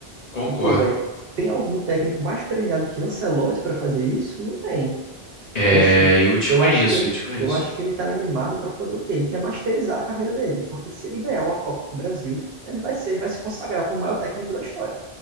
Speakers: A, on the left (about 45°); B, on the right (about 65°).
A: concordo.
B: E, pô, velho, tem algum técnico mais premiado que Ancelotti para fazer isso? Não tem.
A: É,
B: E assim,
A: eu desconheço,
B: eu acho que ele,
A: eu desconheço.
B: eu acho que ele tá animado para poder o quê? Ele quer masterizar a carreira dele, porque se ele ganhar uma Copa com o Brasil, ele vai ser, ele vai se consagrar como o maior técnico da história.